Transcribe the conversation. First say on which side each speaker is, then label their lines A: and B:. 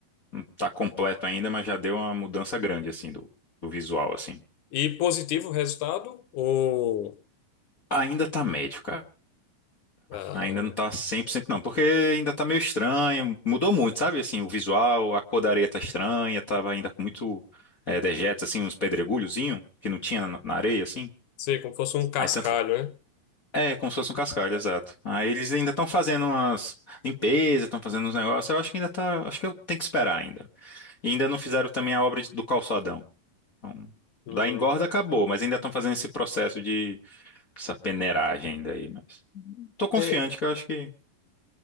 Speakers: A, on the left; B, on the left.
A: Não tá completo ainda, mas já deu uma mudança grande, assim, do, do visual, assim.
B: E positivo o resultado? Ou,
A: Ainda tá médio, cara.
B: ah,
A: Ainda não tá 100% não, porque ainda tá meio estranho. Mudou muito, sabe? Assim, o visual, a cor da areia tá estranha, tava ainda com muito eh, dejetos, assim, uns pedregulhozinho que não tinha na, na areia, assim.
B: sei, como fosse um cascalho,
A: Aí tanto,
B: né?
A: É, como se fosse um cascalho, exato. Aí eles ainda estão fazendo umas limpezas, estão fazendo uns negócios. Eu acho que ainda tá. Acho que eu tenho que esperar ainda. E ainda não fizeram também a obra de- do calçadão. Então,
B: Hum.
A: da engorda acabou, mas ainda estão fazendo esse processo de essa peneiragem ainda aí. Mas tô confiante
B: É,
A: que eu acho que.